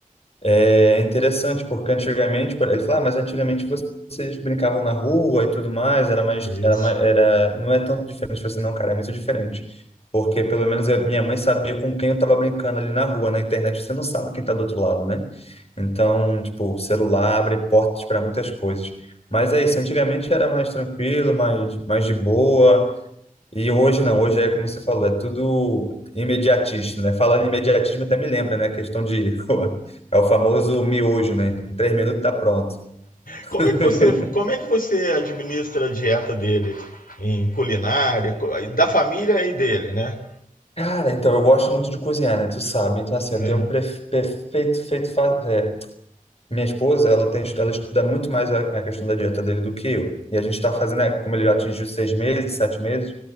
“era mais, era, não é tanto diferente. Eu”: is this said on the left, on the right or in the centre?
Left